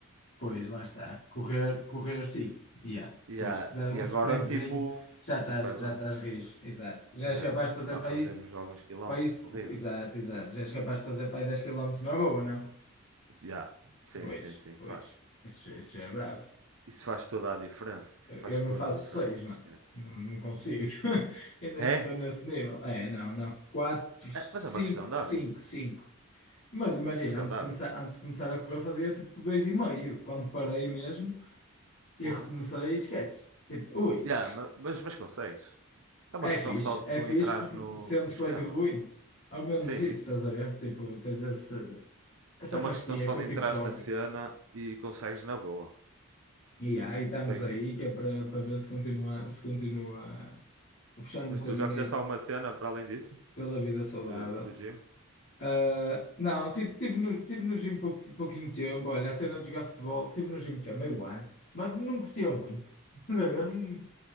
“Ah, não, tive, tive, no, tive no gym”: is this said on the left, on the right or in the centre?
Left